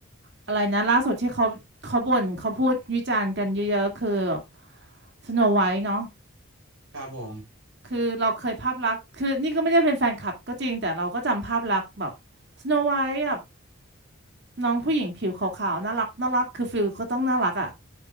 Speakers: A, on the right (about 55°); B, on the right (about 75°).
A: อะไรนะล่าสุดที่เขาเขาบ่นเขาพูดวิจารณ์กันเยอะๆคือแบบสโนไวท์เนาะ
B: ครับผม
A: คือเราเคยภาพลักษณ์คือนี่ก็ไม่ได้เป็นแฟนคลับก็จริงแต่เราก็จำภาพลักษณ์แบบสโนไวท์แบบน้องผู้หญิงผิวขาวๆน่ารักน่ารักคือฟิลก็ต้องน่ารักอ่ะ